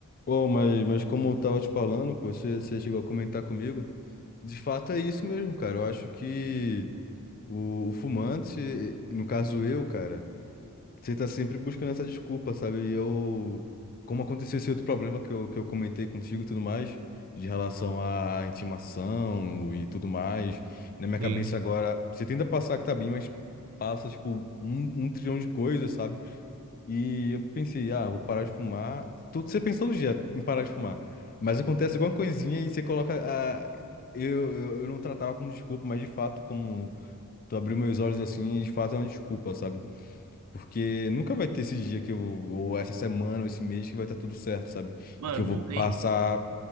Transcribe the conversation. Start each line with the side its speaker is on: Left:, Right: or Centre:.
Left: Ô, mas, mas como eu tava te falando, pô, você você chegou a comentar comigo, de fato é isso mesmo, cara. Eu acho que o, o fumante, no caso eu, cara, você tá sempre buscando essa desculpa, sabe? E eu, como aconteceu esse outro problema que eu, que eu comentei contigo e tudo mais, de relação à intimação e tudo mais, na minha
Right: Sim.
Left: cabeça agora, você tenta passar que tá bem, mas passa, tipo, um, um trilhão de coisas, sabe? E eu pensei, ah, vou parar de fumar. Tu- Você pensa todo dia em parar de fumar. Mas acontece alguma coisinha e você coloca. Ah, eu, eu, eu não tratava como desculpa, mas de fato, como tu abriu meus olhos assim, de fato é uma desculpa, sabe? Porque nunca vai ter esse dia que eu, ou essa semana, ou esse mês que vai estar tudo certo, sabe?
Right: Mano,
Left: E que eu vou
Right: não
Left: passar.
Right: tem.